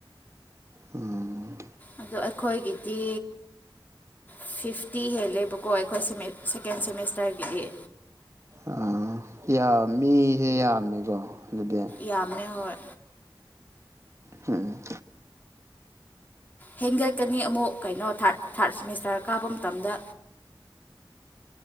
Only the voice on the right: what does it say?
ꯎꯝ
ꯑꯥ ꯌꯥꯝ ꯃꯤꯍꯦ ꯌꯥꯝꯃꯦꯀꯣ ꯑꯗꯨꯗꯤ
ꯍꯝ